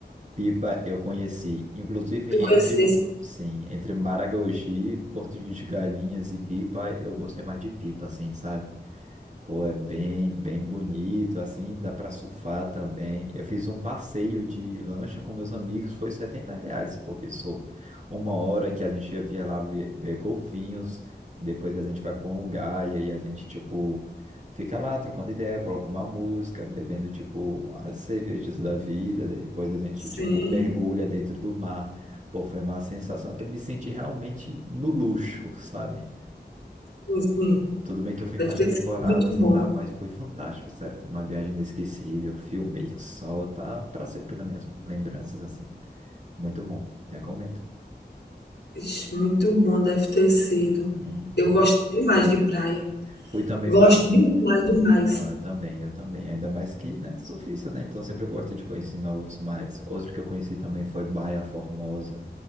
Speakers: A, on the right; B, on the left.
A: Pipa eu conheci, inclusive
B: Tu
A: entre,
B: conhecesse?
A: sim, entre Maragogi, Porto de Galinhas e Pipa, eu gostei mais de Pipa, assim, sabe? Pô, é bem, bem bonito, assim, dá pra surfar também. Eu fiz um passeio de lancha com meus amigos, foi 70 reais por pessoa. Uma hora que a gente ia via lá ver, ver golfinhos, depois a gente vai pra um lugar e aí a gente, tipo, fica lá trocando ideia, coloca uma música, bebendo, tipo, as cervejas da vida, daí depois a gente,
B: Sim,
A: tipo, mergulha dentro do mar. Pô, foi uma sensação que eu me senti realmente no luxo, sabe?
B: sim, sim.
A: Tudo bem que eu fui
B: Deve
A: em baixa
B: ter
A: temporada,
B: sido muito
A: assim,
B: bom.
A: tá? Mas foi fantástico, sério. Foi uma viagem inesquecível. Filmei que sol, tá? Pra sempre nas minhas lembranças, assim. Muito bom. Recomendo.
B: Ixi, muito bom deve ter sido.
A: Uhum.
B: Eu gosto demais de praia.
A: Fui também
B: Gosto
A: pra...
B: demais, demais.
A: Não, eu também, eu também. Ainda mais que, né, surfista, né? Então sempre eu gosto de conhecer novos mares. Outro que eu conheci também foi Baia Formosa.